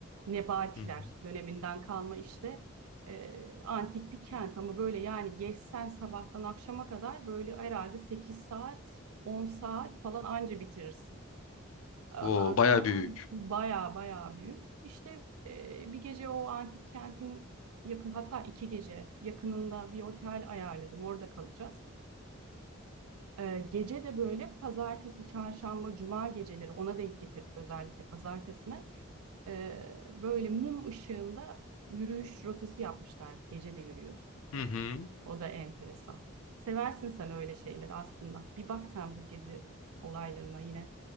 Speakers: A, on the right; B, on the left.
A: Nebatiler
B: Hı hı.
A: döneminden kalma işte e, antik bir kent ama böyle yani geçsen sabahtan akşama kadar böyle herhalde 8 saat 10 saat falan anca bitirirsin. Ondan
B: Oo
A: sonra
B: bayağı büyük.
A: baya baya büyük. İşte e, bir gece o antik kentin yakın hatta iki gece yakınında bir otel ayarladım orada kalacağız. E, gece de böyle pazartesi, çarşamba, cuma geceleri ona denk getirdik özellikle pazartesine. Ee, böyle mum ışığında yürüyüş rotası yapmışlar. Gece de yürüyorsun.
B: Hı hı.
A: O da enteresan. Seversin sen öyle şeyler aslında. Bir bak sen bu gezi olaylarına yine.